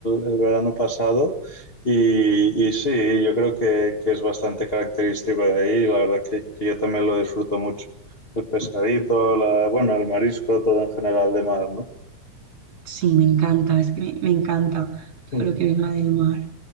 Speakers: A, on the left; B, on the right.
A: el verano pasado y, y sí, yo creo que, que es bastante característico de ahí. La verdad que, que yo también lo disfruto mucho. El pescadito, la, bueno, el marisco, todo en general de mar, ¿no?
B: Sí, me encanta, es que me, me encanta
A: Mm,
B: todo lo que venga del mar.